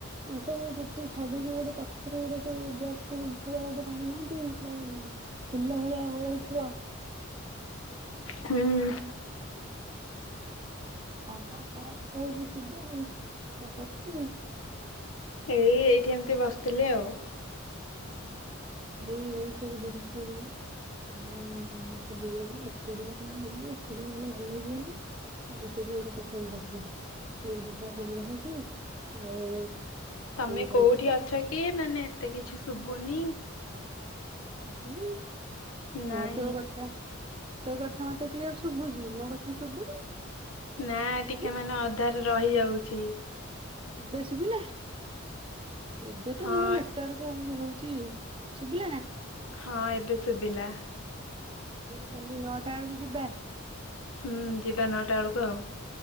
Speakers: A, on the right; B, on the left.
A: ଏ ସବୁ ଚୁଟି ଛାଡିକି ଗୋଟେ ପଛରେ ଗୋଟେ ସବୁ ବ୍ୟାକ କ୍ଲିପ ଗୋଟେ ମାରୁନାହାନ୍ତି ଫୁଲା ଭଳିଆଥିବ।
B: ହୁଁ
A: ହଁ କଣ ଖରା ଖୁଆ ଇ ହଉଛି ଶୁଭନି କଣ କରୁଛୁ।
B: ଏଇ ଏଇଠି ଏମତି ବସିଥିଲି ଆଉ।
A: ହ ଏଇ ଏଇ ସବୁ ଜିନିଷ ଆଉ ସେଦିନ ଏକୁଡିଆ କଣ ଏକୁଡିଆ ଗଲେ ଭଲ ଲାଗିବନି ଆଉ ସେଦିନ ତତେ <unintelligible> ଭଲ କରିଥିଲ ଯିବା। ସାଙ୍ଗ ହେଇକି ଆଉ
B: ତମେ
A: କାଲି
B: କୋଉଠି
A: ଯିବା
B: ଅଛ କି ମାନେ। ଏତେ କିଛି ଶୁଭନି।
A: <unintelligible>
B: ନାଇଁ।
A: ଏ ତୋ କଥା। ତୋ କଥା ମତେ କ୍ଲିୟର ଶୁଭୁଛି ମୋ କଥା ଶୁଭୁନି।
B: ନା
A: ଶୁଭିଲା
B: ଟିକେ ମାନେ ଅଧାରେ ରହିଯାଉ ରହୁଛିି।
A: ଏବେ ଶୁଭୁିଲା। ଏବେ
B: ହଁ
A: ତ ଯୋଉ ଲେଟରକ ଏମିତି ହଉ ଶୁଭିଳ ନା।
B: ହଁ ଏବେ ଶୁଭିଲା।
A: ମୁଇ କଲି ନଅ ବେଳକୁ ଯିବା।
B: ହୁଁ ଯିବା ନଅଟା ବେଳକୁ ଆଉ।